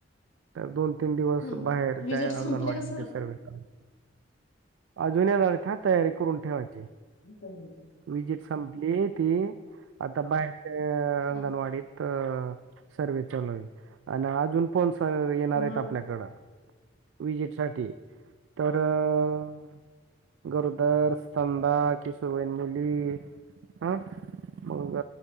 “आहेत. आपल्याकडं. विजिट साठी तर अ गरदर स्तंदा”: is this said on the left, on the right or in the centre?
Right